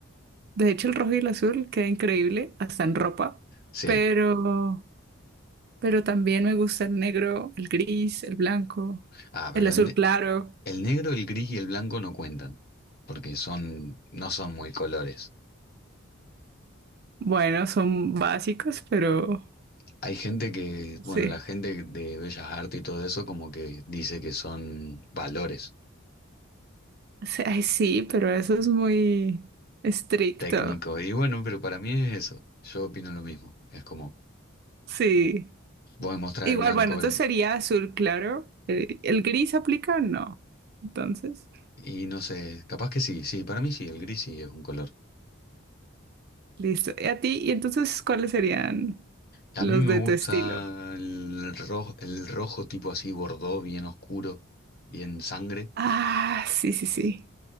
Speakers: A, on the right (about 45°); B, on the left (about 45°).
A: De hecho, el rojo y el azul queda increíble, hasta en ropa,
B: Sí.
A: pero, pero también me gusta el negro, el gris, el blanco,
B: Ah, pero
A: el azul
B: el, ne-
A: claro.
B: el negro, el gris y el blanco no cuentan, porque son, no son muy colores.
A: Bueno, son básicos, pero
B: Hay gente que, bueno,
A: sí.
B: la gente de Bellas Artes y todo eso como que dice que son valores
A: <laughs> Sí, Ay, sí, pero eso es muy estricto.
B: técnicos. Y bueno, pero para mí es eso. Yo opino lo mismo. Es como,
A: Sí.
B: voy a mostrar
A: Igual,
B: el blanco,
A: bueno, entonces
B: el,
A: sería azul claro. Eh, ¿El gris aplica? No. Entonces,
B: y no sé, capaz que sí, sí, para mí sí, el gris sí es un color.
A: listo. ¿Y a ti? ¿Y entonces cuáles serían
B: A
A: los
B: mí me
A: de
B: gusta
A: tu estilo?
B: el rojo, el rojo tipo así, bordó, bien oscuro, bien sangre,
A: Ah, sí, sí, sí.